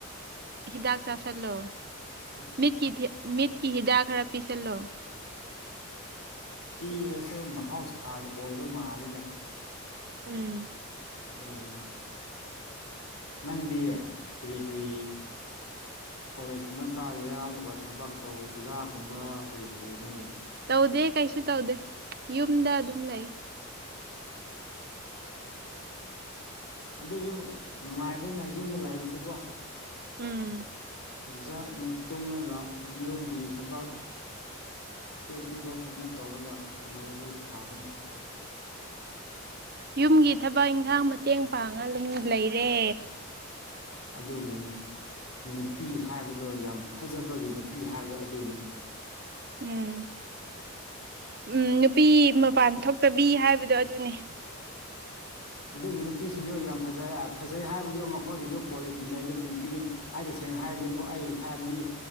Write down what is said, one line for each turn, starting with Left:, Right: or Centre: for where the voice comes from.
Right: ꯍꯤꯗꯥꯛ ꯆꯥꯥꯁꯜꯂꯣ꯫
Left: ꯑꯁ
Right: ꯃꯤꯠꯀꯤ ꯃꯤꯠꯀꯤ ꯍꯤꯗꯥꯛ ꯈꯔ ꯄꯤꯁꯜꯂꯣ꯫
Left: ꯄꯤꯔꯁꯨ ꯃꯍꯧꯁꯥꯒꯤ ꯑꯣꯏꯕ ꯃꯥꯜꯂꯤꯗ꯫
Right: ꯎꯝ
Left: ꯑꯗꯨꯒꯤꯅꯤ ꯅꯪꯗꯤ ꯀ꯭ꯔꯤ ꯀ꯭ꯔꯤ ꯀꯣꯂꯦꯖ ꯀꯨꯝꯕ ꯀꯥꯔꯤꯔꯥ ꯑꯗꯨꯒ ꯊꯕꯛ ꯇꯧ ꯑꯣꯖꯥꯒꯨꯝꯕ ꯀꯔꯤ ꯇꯧꯔꯤꯅꯣ꯫
Right: ꯇꯧꯗꯦ ꯀꯩꯁꯨ ꯇꯧꯗꯦ ꯌꯨꯝꯗ ꯑꯗꯨꯝ ꯂꯩ꯫
Left: ꯎꯝ ꯑꯗꯨꯖꯨ ꯅꯨꯡꯉꯥꯏꯕꯅꯤꯗ ꯌꯨꯝꯗ ꯂꯩꯕꯁꯨꯀꯣ꯫
Right: ꯎꯝ
Left: ꯐꯖꯅ ꯇꯨꯝꯂꯒ ꯌꯨꯝꯒꯤ ꯊꯕꯛ ꯑꯄꯤꯛ ꯑꯄꯤꯕ ꯀꯨꯝꯕ ꯇꯧꯔꯒ ꯂꯩꯕꯁꯤ ꯐꯥꯕꯅꯦ
Right: ꯌꯨꯝꯒꯤ ꯊꯕꯛ ꯏꯟꯈꯥꯡ ꯃꯇꯦꯡ ꯄꯥꯡꯉꯥ ꯂꯨꯝ ꯂꯩꯔꯦ
Left: ꯑꯗꯨꯒꯤꯅꯤ ꯅꯨꯄꯤ ꯍꯥꯏꯕꯗꯣ ꯌꯥꯝ ꯐꯖꯕꯒꯤ ꯅꯨꯄꯤ ꯍꯥꯏꯕ ꯗꯣ ꯑꯗꯨꯅꯦꯕ
Right: ꯎꯝ ꯎꯝ ꯅꯨꯄꯤ ꯃꯄꯥꯟ ꯊꯣꯛꯇꯕꯤ ꯍꯥꯏꯕꯗꯣ ꯑꯗꯨꯅꯤ
Left: ꯑꯗꯨꯒꯤ ꯅꯨꯄꯤꯁꯤꯡꯗꯨ ꯌꯥꯝ ꯐꯖꯩ ꯍꯥ ꯐꯖꯩ ꯍꯥꯏꯕꯗꯣ ꯃꯈꯣꯏꯒꯤꯗꯣ ꯀ꯭ꯋꯥꯂꯤꯇꯤ ꯂꯩꯕꯒꯤ ꯅꯨꯄꯤꯅꯤ ꯑꯩ ꯇꯁꯦꯡꯅ ꯍꯥꯏꯕꯅꯤꯀꯣ ꯑꯩ ꯍꯥꯏꯕꯗꯤ